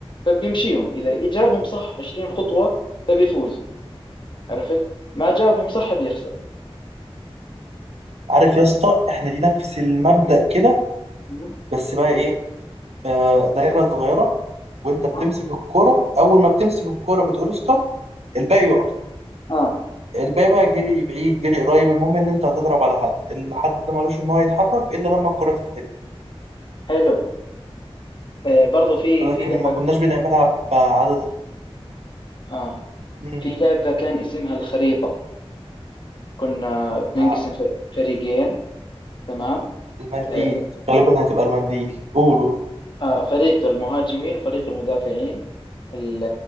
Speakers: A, on the left (about 50°); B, on the right (about 85°).
A: فبيمشيهم إذا جابهم صح 20 خطوة فبيفوز عرفت ما جابهم صح بيخسر
B: عارف يا اسطى إحنا دي نفس المبدأ كده
A: مم.
B: بس بقى إيه آه دايرة صغيرة وانت بتمسك
A: أها
B: الكرة اول ما بتمسك الكرة بتقول ستوب الباقي يقف
A: آه
B: الباقي بقى جري بعيد جري قريب المهم ان انت هتضرب على حد الحد ده ملوش ان هو يتحرك الا لما الكرة تتحد
A: حلو آه برضو في
B: لكن
A: في لعبة
B: ما كناش
A: ك-
B: بنعملها بعدد
A: آه
B: مم.
A: في لعبة كان اسمها الخريطة كنا بننقسم
B: ده
A: ف- فريقين تمام
B: المنديل
A: آه
B: غالبا هتبقى المنديل قولوا
A: آه، فريق المهاجمين وفريق المدافعين ال-